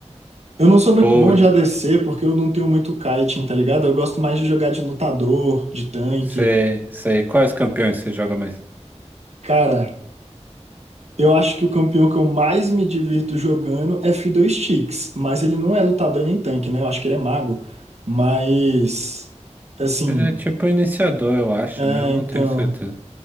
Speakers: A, on the right; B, on the right.
A: Eu não sou muito
B: Pô,
A: bom de ADC porque eu não tenho muito kiting, tá ligado? Eu gosto mais de jogar de lutador, de tanque.
B: você, você, quais campeões você joga mais?
A: Cara, eu acho que o campeão que eu mais me divirto jogando é Fiddle Sticks, mas ele não é lutador nem tanque, né? Eu acho que ele é mago. Mas, assim,
B: Ele é tipo iniciador, eu acho,
A: é,
B: né? Eu não
A: então.
B: tenho certeza.